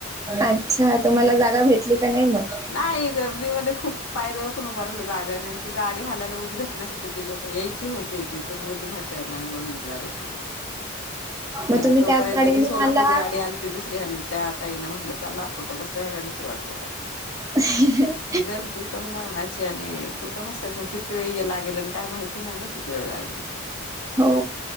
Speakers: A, on the right; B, on the left.
A: अच्छा, तुम्हाला जागा भेटली का नाही मग?
B: नाही, गर्दीमध्ये खूप पायरीवर पण उभं राहिलं जागा नाही, आणि ती गाडी हालायला उद्घटनासाठीऽ ते लोक यायचे होते, तिथून उद्घाटन आणि मग निघणार होते.
A: मग
B: त्या
A: तुम्ही
B: तोपर्यंत
A: त्याच गाडीने
B: ती सोलापूर
A: आलात
B: गाडी आलती त स्त्रिया त्या ताईना म्हटलं चला, कुठं बसता या गाडीची वाट बघत ना.
A: <inaudible>
B: गर्दी पण मरणाची, आणि कुठं बसायचं किती वेळ ये लागेल आणि काय माहिती नाही ना कित वेळ <unintelligible>
A: हो.